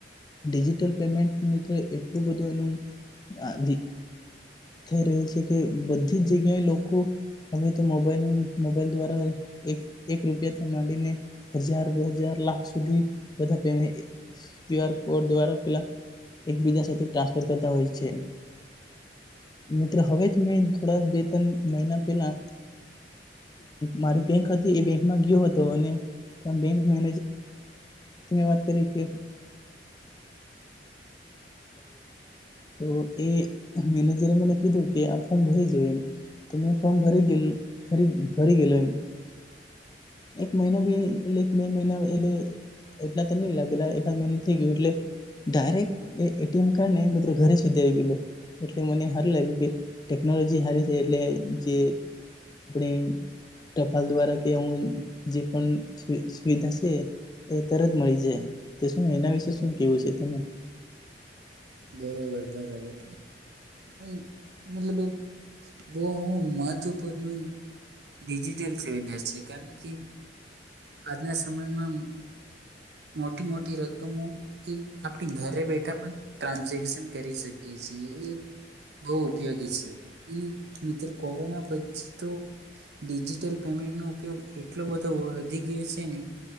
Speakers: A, on the left; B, on the right.
A: ડિજિટલ પેમેન્ટ મિત્ર એટલું બધું એનું <unintelligible> થઈ રહ્યો છે કે બધી જ જગ્યાએ લોકો હવે તો મોબાઈલ મોબાઈલ દ્વારા એક એકથીમાંને હજાર બે હજાર લાખ સુધી <unintelligible> આર કોડ દ્વારા પલા એકબીજા સાથે ટ્રાન્સફર કરતા હોય છે, મિત્ર હવે મેં થોડા બે ત્રણ મહિના પેલા મારી બેંક <unintelligible> ગયો હતો અને મે મે વાત <unintelligible> છે, તો <inaudible> કીધું કે આ ફોર્મ ભરી જયું એમ ત મે ફોર્મ ભરી ગરી ભરી ગયેલો એમ. એકિટ બે મહિના એટ એટલા તો નઈ <unintelligible> મહિના થઈ ગયયો એટલે ડાયક્ટ એ <unintelligible> ને મિત્ર ઘરે સુધી આવી ગયું એટલે મને હારું લાગ્યું કે ટેકનોલોજી સારી છે, એટલે જે <unintelligible> દ્વારા કે હું જે પણ સુવિધા છે, એ તરત મળી જાય તો શું એના વિશે શું કેવું છે, તમે
B: બરોબર બરાબર એ મતલબ બહ મહત્વપૂર્ણ ડિજિટલ સુવિધા છે, કારણ કે આજના સમયમાં મોટી મોટી રકમો એ આપણી ઘરે બેઠા પણ ટ્રાન્ઝેક્શન કરી શકીએ છીએ એ બહ ઉપયોગી છે, અને મિત્ર કોરોના પછી તો ડિજિટલ પેમેન્ટ નો ઉપયોગ એટલો બધો વધી ગયો છે, ને